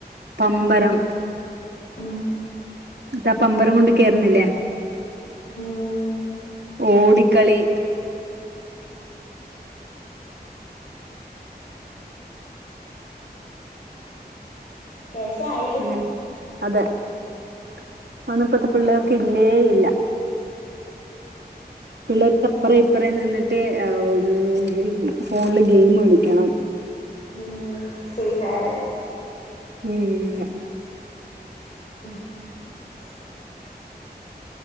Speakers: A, on the right (about 85°); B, on the left (about 45°).
A: പമ്പരം
B: ഉം ആഹ്
A: ന്നട്ടാ പമ്പരം കൊണ്ട് കേറുന്നില്ലേ
B: ഉം
A: ഓടിക്കളി
B: രസായിരുന്നു
A: അങ്ങനെ അതെ അതോന്നും ഒന്നും ഇപ്പത്തെ പിള്ളേർക്ക് ഇല്ലേ ഇല്ല പിള്ളേര്ക്ക് അപ്പറേ ഇപ്പറേ നിന്നിട്ട് ഏഹ് ഫോണില് ഗെയിം കളിക്കണം
B: ഉം ഫ്രീ ഫയറ്
A: ഉം അതെ
B: <unintelligible>